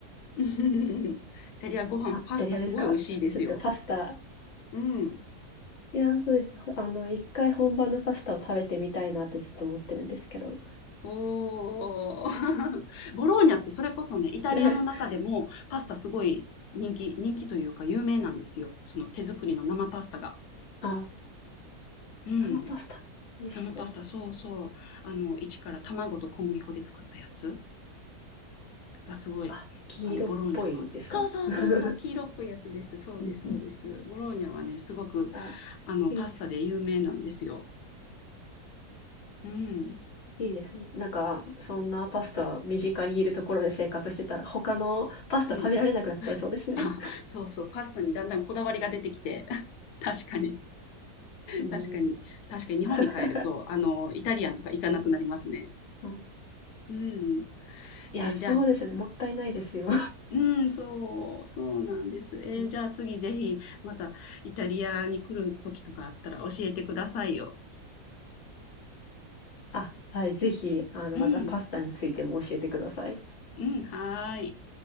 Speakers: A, on the left; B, on the left.
A: <laughs> イタリアご飯、
B: あ、
A: パスタすごい美味しいですよ。
B: イタリアですか。ちょっとパスタ、
A: うん。
B: いやー、そうですね。あの、一回本場のパスタを食べてみたいなってずっと思ってるんですけど。
A: おー。<laughs> ボローニャってそれこそね、イタリアの中でもパスタすごい人気、
B: <laughs>
A: 人気というか有名なんですよ。その手作りの生パスタが。
B: あ、
A: うん。
B: 生パスタ、美味しそう。
A: 生パスタ、そうそう。あの、一から卵と小麦粉で作ったやつがすごい、
B: あ、黄色っぽいですか？
A: あの、ボローニャは。そうそうそうそう、
B: <laughs>
A: 黄色っぽいやつです。そうです、
B: うん。
A: そうです。ボローニャはね、すごく、
B: あ、
A: あの、
B: いいです。
A: パスタで有名なんですよ。うん。
B: いいですね。なんか、そんなパスタ身近にいるところで生活してたら、他のパスタ食べられなくなっちゃいそうですね。
A: うん。あ、そうそう、パスタにだんだんこだわりが出てきて。<laughs> 確かに、
B: うん。
A: 確かに、確かに日本に帰ると、
B: <laughs>
A: あの、イタリアンとか行かなくなりますね。
B: うん。
A: うん。
B: いや、
A: えーじゃあ、
B: そうですよね。もったいないですよ。
A: うん、そう、そうなんです。えーじゃあ次ぜひまたイタリアに来る時とかあったら教えてくださいよ。
B: <laughs> うん、うん。あ、はい、ぜひ、あの、
A: うん、
B: またパスタについても教えてください。
A: うん、はーい。